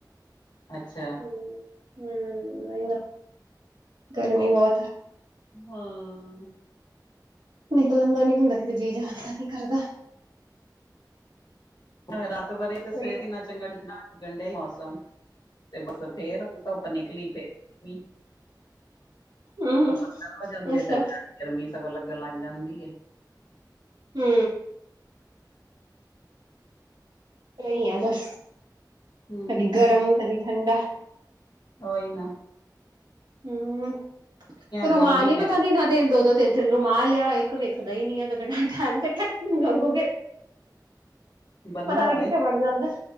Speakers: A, on the left (about 70°); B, on the right (about 75°).
A: ਅੱਛਾ
B: ਹੂੰ। ਹੂੰ ਉਹੀ ਨਾ ਗਰਮੀ ਬਹੁਤ ਆ।
A: ਹਾਂ।
B: ਨਿਕਲਣ ਦਾ ਨੀ ਹੁੰਦਾ ਕਿਤੇ ਜੀਅ ਜਾਣ ਦਾ ਨੀ ਕਰਦਾ।
A: ਰਾਤ ਵਰੇ ਤੇ ਸਵੇਰ
B: ਹਾਂ
A: ਕਿੰਨਾ ਚੰਗਾ ਠੰਡਾ ਲੱਗਣ ਡਿਆ ਮੌਸਮ, ਤੇ ਬਸ ਫੇਰ ਧੁੱਪ ਨਿਕਲੀ ਤੇ ਮੀਂਹ,
B: ਹੂੰ
A: ਉਹ ਬੱਦਲ ਹੋ ਜਾਂਦੇ
B: ਅੱਛਾ
A: ਫਿਰ। ਗਰਮੀ ਸਗੋਂ ਲੱਗਣ ਲੱਗ ਜਾਂਦੀ ਏ।
B: ਹੂੰ ਇਸ ਤਰ੍ਹਾਂ ਈ ਆ ਬਸ,
A: ਹੂੰ
B: ਕਦੀ ਗਰਮ ਕਦੀ ਠੰਡਾ
A: ਉਹੀ ਨਾ।
B: ਹੂੰ, ਰੁਮਾਲ
A: ਦੋ ਮਹੀਨੇ
B: ਈ ਪਤਾ ਨੀ ਇਹਨਾਂ ਦੇ ਦੋ-ਦੋ ਤਿੰਨ ਤਿੰਨ ਰੁਮਾਲ ਆ ਇੱਕ ਵਿਖਦਾ ਈ ਨੀ ਆ ਟੈਮ ਤੇ ਟੈਮ ਮੰਗੋ।
A: ਬੰਨਣ
B: ਪਤਾ
A: ਵਾਲੇ
B: ਨੀ ਕਿੱਥੇ ਵੜ ਜਾਂਦਾ,